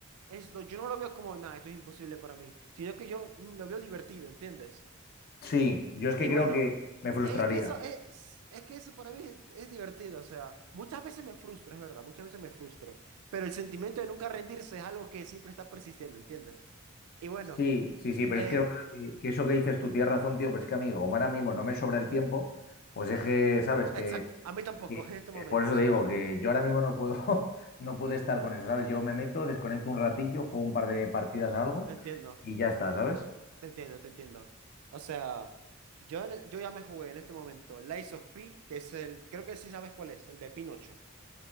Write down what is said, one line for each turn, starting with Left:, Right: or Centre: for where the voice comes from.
Right: esto, yo no lo veo como nada, esto es imposible para mí, sino que yo mm, lo veo divertido, ¿entiendes?
Left: Sí, yo es que
Right: Y
Left: creo
Right: bueno,
Left: que me frustraría.
Right: es que eso es, es que eso para mí es, es divertido, o sea, muchas veces me frustro, es verdad, muchas veces me frustro, pero el sentimiento de nunca rendirse es algo que siempre está persistiendo, ¿entiendes? Y bueno,
Left: Sí, sí, sí, pero
Right: eh,
Left: es que, es verdad que- que eso que dices tú tienes razón, tío, pero es que amigo, como ahora mismo no me sobra el tiempo, pues es que, ¿sabes? Que
Right: exacto, a mí tampoco
Left: que-
Right: <laughs> en este momento,
Left: eh, por eso
Right: o sea,
Left: te digo que yo ahora mismo no puedo, <laughs> no puedo estar con eso, ¿sabes? Yo me meto, desconecto un ratillo, juego un par de partidas a algo
Right: entiendo.
Left: y ya está, ¿sabes?
Right: Te entiendo, te entiendo. O sea, yo, en- e, yo ya me jugué en este momento Lies of P, que es el, creo que sí sabes cuál es, el de Pinocho.